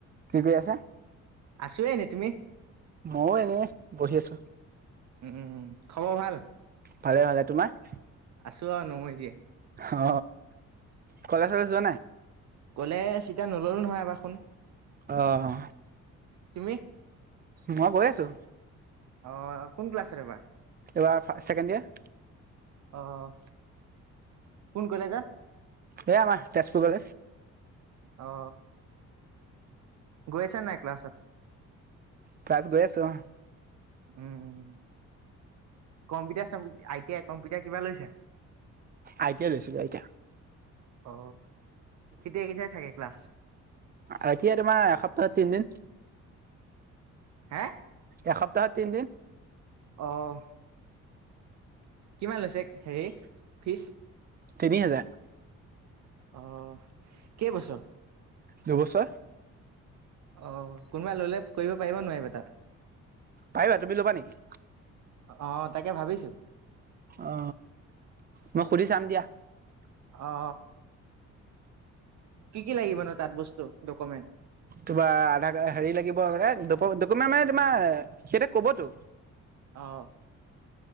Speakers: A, on the right; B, on the right.
A: কি কৰি আছে?
B: আছোৱে এনেই। তুমি?
A: মইয়ো এনে বহি আছো।
B: উম, খবৰ ভাল?
A: ভালে ভালে। তোমাৰ?
B: আছোঁ আৰু নমই জীয়াই।
A: অ কলেজ চলেজ যোৱা নাই?
B: ক'লেজ চিতা নললো নহয় এবাৰ শুন।
A: আহ
B: তুমি?
A: মই গৈ আছো।
B: অ কোন ক্লাছ এবাৰ
A: এইবাৰ ছেকেণ্ড ইয়েৰ
B: অহ কোন কলেজত
A: এই আমাৰ তেজপুৰ কলেজ
B: অ গৈ আছ নাই ক্লাছত
A: ক্লাছ গৈ আছো অ
B: উম কম্পিউটাৰ চম্পি আই টি আই কম্পিউটাৰ কিবা লৈছা
A: আই টি আই লৈছো আই টি আই
B: অ কেতিয়া কেতিয়া থাকে ক্লাছ
A: আই টি আই তোমাৰ এসপ্তাহত তিনদিন
B: হে
A: এসপ্তাহত তিনদিন
B: অহ কিমান লৈছে হেৰি ফিজ
A: তিনি হেজাৰ
B: অ কেই বছৰ
A: নবছৰ
B: অ কোনোবা ললে কৰিব পাৰিব নোৱাৰিব তাত
A: পাৰিবা তুমি ল'বা নেকি
B: অ তাকে ভাবিছো
A: অ মই সুধি চাম দিয়া
B: অ কি কি লাগিবনো তাত বস্তু ডকুমেণ্ট
A: তোমাৰ আধাৰ কাৰ হেৰি লাগিব ডকুমেণ্ট মানে তোমাৰ সিহঁতে ক'বতো
B: অ